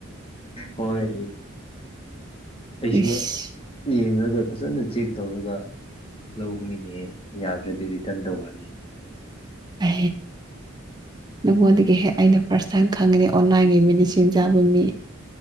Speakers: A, on the left; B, on the right.
A: ꯍꯣꯏ ꯑꯩꯁꯨ
B: ꯏꯁ
A: ꯎꯝ ꯑꯗꯨꯒ ꯐꯖꯅ ꯆꯦꯛ ꯇꯧꯔꯒ ꯂꯧꯅꯤꯅꯦꯍ ꯌꯥꯗ꯭ꯔꯗꯤ ꯔꯤꯇꯔꯟ ꯇꯧꯈꯔꯅꯤ
B: ꯑ ꯅꯉꯣꯟꯗꯒꯤ ꯍꯦꯛ ꯑꯩꯅ ꯐꯥꯔꯁ ꯇꯥꯏꯝ ꯈꯪꯉꯅꯤ ꯑꯣꯟꯂꯥꯏꯟꯒꯤ ꯃꯦꯗꯤꯁꯤꯟ ꯆꯥꯕ ꯃꯤ